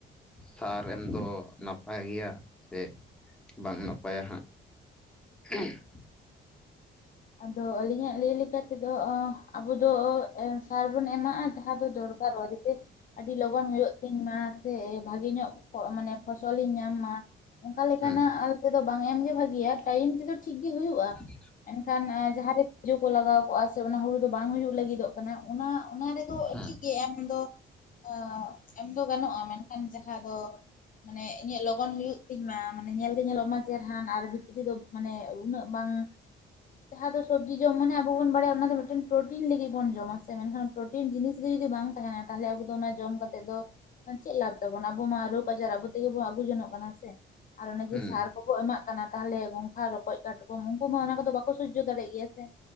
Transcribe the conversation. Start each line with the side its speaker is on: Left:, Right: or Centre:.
Centre: ᱥᱟᱨ ᱮᱢ ᱫᱚ ᱱᱟᱯᱟᱭ ᱜᱮᱭᱟ ᱥᱮ ᱵᱟᱝ ᱱᱟᱯᱟᱭᱟ ᱦᱟᱸᱜ <inaudible>
Left: ᱟᱫᱚ ᱟᱹᱞᱤᱧᱟᱜ ᱞᱟᱹᱭ ᱞᱮᱠᱟ ᱛᱮᱫᱚ‌ ᱚᱸᱦ ᱟᱵᱚ ᱫᱚ ᱮᱸ ᱥᱟᱨ ᱵᱚᱱ ᱮᱢᱟᱜᱼᱟ ᱡᱟᱦᱟᱸ ᱫᱚ ᱫᱚᱨᱠᱟᱨᱚᱜᱼᱟ ᱡᱟᱛᱮ ᱟᱹᱰᱤ ᱞᱚᱜᱚᱱ ᱦᱩᱭᱩᱜ ᱛᱤᱧᱢᱟ᱾ ᱥᱮ ᱵᱷᱟᱸᱜᱮ ᱧᱚᱜ ᱢᱟᱱᱮ ᱯᱷᱚᱥᱚᱞᱤᱧ ᱧᱟᱢ ᱢᱟ ᱚᱝᱠᱟ ᱞᱮᱠᱟᱱᱟᱜ
Centre: ᱦᱮᱸ
Left: ᱛᱮᱫᱚ ᱵᱟᱝ ᱮᱢ ᱜᱮ ᱵᱷᱟᱜᱤᱭᱟ ᱴᱟᱭᱤᱢ ᱛᱮᱫᱚ ᱴᱷᱤᱠ ᱜᱮ ᱦᱩᱭᱩᱜᱼᱟ
Centre: <inaudible>
Left: ᱮᱱᱠᱷᱟᱱ ᱡᱟᱦᱟᱸ ᱨᱮ ᱛᱮᱡᱳ ᱠᱚ ᱞᱟᱜᱟᱣ ᱠᱚᱜᱼᱟ ᱥᱮ ᱚᱱᱟ ᱦᱩᱲᱩ ᱫᱚ ᱵᱟᱝ ᱦᱩᱭᱩᱜ ᱞᱟᱹᱜᱤᱫᱚᱜ ᱠᱟᱱᱟ ᱚᱱᱟ ᱚᱱᱟ ᱨᱮᱫᱚ
Centre: ᱦᱮᱸ
Left: ᱴᱷᱤᱠ ᱜᱮ ᱮᱢ ᱫᱚ ᱦᱚ ᱮᱢ ᱫᱚ ᱜᱟᱱᱚᱜᱼᱟ ᱢᱮᱱᱠᱷᱟᱱ ᱡᱟᱦᱟᱸ ᱫᱚ ᱢᱟᱱᱮ ᱤᱧᱟᱹᱜ ᱞᱚᱜᱚᱱ ᱦᱩᱭᱩᱜ ᱛᱤᱧ ᱢᱟ ᱢᱟᱱᱮ ᱧᱮᱞ ᱜᱮ ᱧᱮᱞᱚᱜ ᱢᱟ ᱪᱮᱦᱨᱟᱱ ᱟᱨ ᱵᱷᱤᱛᱨᱤ ᱫᱚ ᱢᱟᱱᱮ ᱩᱱᱟᱹᱜ ᱵᱟᱝ ᱡᱟᱦᱟᱸ ᱫᱚ ᱥᱚᱵᱽᱡᱤ ᱡᱚᱢ ᱢᱟᱱᱮ ᱟᱵᱚ ᱵᱚᱱ ᱵᱟᱲᱟᱭᱟ ᱚᱱᱟ ᱫᱚ ᱢᱤᱫ ᱴᱮᱱ ᱯᱨᱳᱴᱤᱱ ᱞᱟᱹᱜᱤᱫ ᱵᱚᱱ ᱡᱚᱢᱟ ᱥᱮ ᱢᱮᱱᱠᱷᱟᱱ ᱯᱨᱳᱴᱤᱱ ᱡᱤᱱᱤᱥ ᱜᱮ ᱡᱩᱫᱤ ᱵᱟᱝ ᱛᱟᱦᱮᱱᱟ ᱛᱟᱦᱚᱞᱮ ᱟᱵᱚ ᱫᱚ ᱚᱱᱟ ᱡᱚᱢ ᱠᱟᱛᱮᱜ ᱫᱚ ᱪᱮᱫ ᱞᱟᱵᱽ ᱛᱟᱵᱚᱱᱟ ᱟᱵᱚ ᱢᱟ ᱨᱚᱜᱽ ᱟᱡᱟᱨ ᱟᱵᱚ ᱛᱮᱜᱮ ᱵᱚᱱ ᱟᱹᱜᱩ ᱡᱚᱱᱚᱜ ᱠᱟᱱᱟ ᱥᱮ ᱟᱨ ᱚᱱᱮ
Centre: ᱦᱮᱸ
Left: ᱡᱮ ᱥᱟᱨ ᱠᱚᱠᱚ ᱮᱢᱟᱜ ᱠᱟᱱᱟ ᱛᱟᱦᱞᱮ ᱜᱚᱸᱜᱷᱟ ᱨᱚᱠᱚᱡ ᱠᱟᱴᱠᱚᱢ ᱩᱱᱠᱩ ᱢᱟ ᱚᱱᱟ ᱠᱚᱫᱚ ᱵᱟᱠᱚ ᱥᱳᱡᱡᱳ ᱫᱟᱲᱮᱭᱟᱜ ᱜᱮᱭᱟ ᱥᱮ